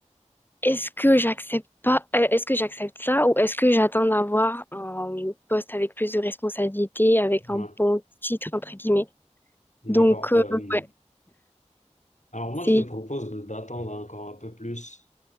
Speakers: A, on the left (about 15°); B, on the left (about 75°).
A: Est-ce que j'accepte pas, euh, est-ce que j'accepte ça ou est-ce que j'attends d'avoir un poste avec plus de responsabilités, avec
B: ouais,
A: un bon titre, entre guillemets.
B: d'accord.
A: Donc, euh,
B: Euh,
A: ouais,
B: alors moi,
A: c'est
B: je te propose de- d'attendre encore un peu plus,